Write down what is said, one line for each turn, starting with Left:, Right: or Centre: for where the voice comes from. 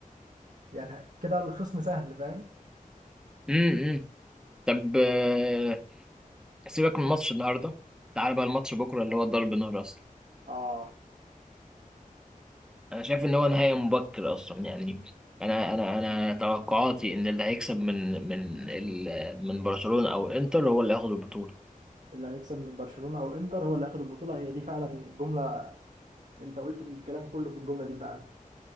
Right: يعني كده الخصم سهل فاهم
Centre: امم إمم. طب آه، سيبك من ماتش النهارده تعال بقى الماتش بكره اللي هو ضرب نار اصلا
Right: اه
Centre: انا شايف ان هو نهائي مبكر اصلا يعني انا انا انا توقعاتي ان اللي هيكسب من من ال- من برشلونه او انتر هو اللي هياخد البطوله
Right: اللي هيكسب من برشلونة او انتر هو اللي هياخد البطولة هي دي فعلا جملة انت قلت الكلام كله في الجملة دي فعلا